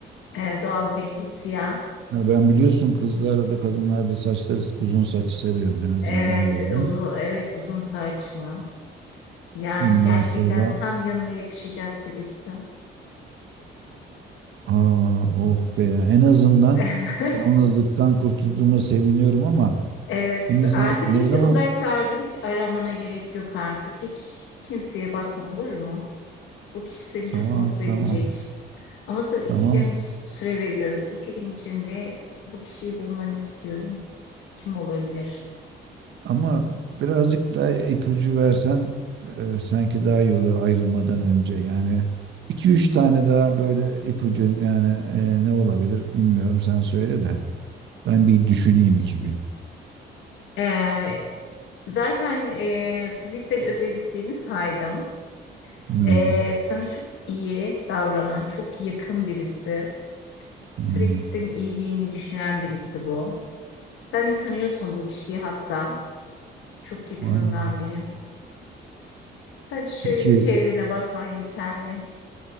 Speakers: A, on the left; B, on the right.
A: Ee, doğal rengi siyah.
B: Ya ben biliyorsun kızlarda da kadınlarda da saçları uzun saçı severim en azından
A: Evet
B: böyle.
A: uzun, evet uzun saçlı. Yani
B: Bundan
A: gerçekten
B: sonra
A: tam yanına yakışacak birisi.
B: aa oh be ya en azından
A: <laughs>
B: yalnızlıktan kurtulduğuma seviniyorum ama
A: Evet,
B: şimdi sen
A: artık
B: ne
A: hiç
B: zaman
A: uzaklarda hiç aramana gerek yok artık. Hiç, hiç kimseye bakma olur mu? Bu kişi seni
B: tamam
A: çok mutlu
B: tamam
A: edecek. Ama sana iki
B: tamam
A: gün süre veriyorum. İki gün içinde bu kişiyi bulmanı istiyorum. Kim olabilir?
B: Ama birazcık da ipucu versen e, sanki daha iyi olur ayrılmadan önce. Yani iki üç tane daha böyle ipucu yani e, ne olabilir bilmiyorum sen söyle de. Ben bir düşüneyim iki gün.
A: Ee, zaten e, fiziksel özelliklerini saydım.
B: Hmm,
A: Ee, sana çok iyi davranan, çok yakın birisi. Sürekli
B: hmm.
A: senin iyiliğini düşünen birisi bu. Sen de tanıyorsun bu kişiyi hatta. Çok yakınından
B: Aa,
A: biri. Sadece şöyle
B: Peki
A: bir çevrene bakman yeterli.